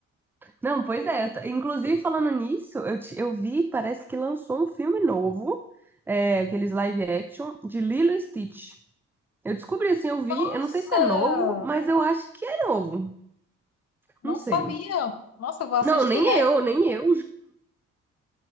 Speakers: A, in the centre; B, on the left.
A: Não, pois é. eu t- Inclusive, falando nisso, eu, ti- eu vi, parece que lançou um filme novo, é, aqueles live action, de Lilo e Stitch. Eu descobri assim, eu vi,
B: Nossa,
A: eu não sei se é novo, mas eu acho que é novo.
B: não
A: Não sei.
B: sabia. Nossa, eu vou assistir,
A: Não, nem
B: né?
A: eu, nem eu.